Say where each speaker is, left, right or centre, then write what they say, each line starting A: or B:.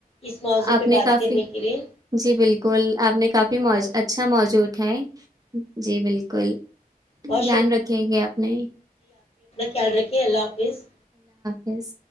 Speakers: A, on the left; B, on the right.
A: اس موضوع
B: آپ
A: پہ
B: نے
A: بات
B: کافی
A: کرنے کے لیے
B: جی بالکل آپ نے کافی م
A: بہت
B: اچھا موجود ہے جی بالکل
A: بہت
B: دھیان رکھیے گ آپ نے
A: کیا رہ اوکے اللہ حافظ
B: یس